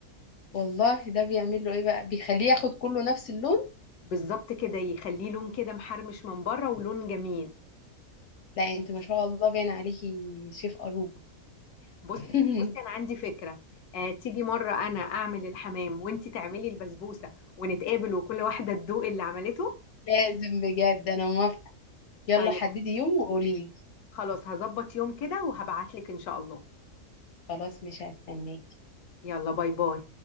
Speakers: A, on the left; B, on the left.
A: والله ده بيعمل له ايه بقى بيخليه ياخد كله نفس اللون
B: بالظبط كده يخليه لون كده محرمش من بره ولون جميل
A: لا انت ما شاء الله باين عليكي شيف أروبا
B: بص
A: <laughs>
B: بصي انا عندي فكره آه، تيجي مره انا اعمل الحمام وانت تعملي البسبوسه ونتقابل وكل واحده تدوق اللي عملته
A: لازم بجد انا موافقة يلا
B: طيب
A: حددي يوم وقولي لي
B: خلاص هظبط يوم كده وهبعتلك ان شاء الله
A: خلاص مش هستناكي
B: يلا باي باي